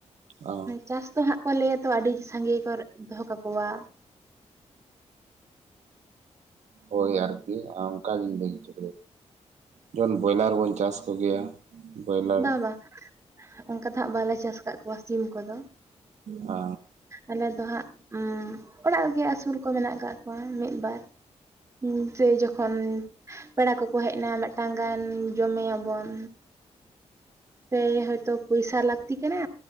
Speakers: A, on the right; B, on the right.
A: ᱚ
B: ᱪᱟᱥ ᱫᱚ ᱦᱟᱸᱜ ᱠᱚ ᱞᱟᱹᱭᱟᱛᱚ ᱟᱹᱰᱤ ᱥᱟᱸᱜᱮ ᱠᱚ ᱫᱚᱦᱚ ᱠᱟᱠᱚᱣᱟ᱾
A: ᱦᱳᱭ ᱟᱨᱠᱤ ᱚᱱᱠᱟ ᱜᱤᱧ ᱞᱟᱹᱭ ᱚᱪᱚ ᱡᱚᱱ ᱵᱚᱭᱞᱟᱨ ᱵᱚᱱ ᱪᱟᱥ ᱠᱚ ᱜᱮᱭᱟ, ᱵᱚᱭᱞᱟᱨ᱾
B: ᱵᱟᱝ ᱵᱟᱝ ᱚᱱᱠᱟ ᱫᱚ ᱦᱟᱸᱜ ᱵᱟᱞᱮ ᱪᱟᱥ ᱟᱠᱟᱫ ᱠᱚᱣᱟ ᱥᱤᱢ ᱠᱚᱫᱚ ᱾
A: ᱟ
B: ᱟᱞᱮ ᱫᱚ ᱦᱟᱸᱜ ᱚᱲᱟᱜ ᱨᱮᱜᱮ ᱟᱹᱥᱩᱞ ᱠᱚ ᱢᱮᱱᱟᱜ ᱟᱠᱟᱫ ᱠᱚᱣᱟ ᱢᱤᱫ ᱵᱟᱨ ᱾ ᱡᱟᱭ ᱡᱚᱠᱷᱚᱱ ᱯᱮᱲᱟ ᱠᱚᱠᱚ ᱦᱮᱡ ᱮᱱᱟ ᱢᱤᱫᱴᱟᱝ ᱜᱟᱱ ᱡᱚᱢᱮ ᱟᱵᱚᱱ ᱯᱮ ᱦᱳᱭ ᱛᱚ ᱯᱚᱭᱥᱟ ᱞᱟᱹᱠᱛᱤ ᱠᱟᱱᱟ